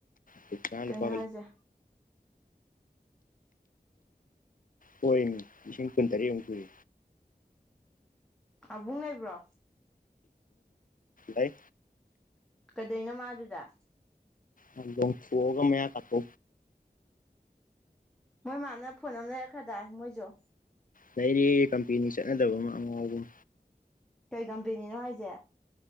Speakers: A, on the left (about 55°); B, in the centre.
A: ꯍꯧꯖꯤꯛꯀꯥꯟ
B: ꯀꯩꯅꯣ
A: ꯅꯨꯄꯥ
B: ꯍꯥꯏꯁꯦ
A: ꯍꯣꯏꯅꯦ ꯂꯤꯁꯤꯡ ꯀꯨꯟꯇꯔꯦꯠ ꯌꯨꯛ ꯁꯨꯔꯤ
B: ꯑꯕꯨꯡ ꯂꯩꯕ꯭ꯔꯣ
A: ꯥꯏ
B: ꯑꯗꯨꯗꯩꯅꯣ ꯃꯥ ꯑꯗꯨꯗ
A: ꯑ ꯍꯒꯃꯦꯌꯥꯝ ꯀ
B: ꯃꯣꯏꯃꯅ ꯐꯣꯟ ꯑꯃ ꯂꯩꯔꯛꯈ꯭ꯔꯗꯥꯏ ꯃꯣꯏꯁꯨ
A: ꯂꯩꯔꯤ ꯀꯝꯄꯦꯅꯤ ꯆꯠꯅꯗꯕ ꯑꯃ ꯑꯉꯥꯎꯕꯨꯝ
B: ꯀꯩ ꯀꯝꯄꯦꯅꯤꯅꯣ ꯍꯥꯏꯁꯦ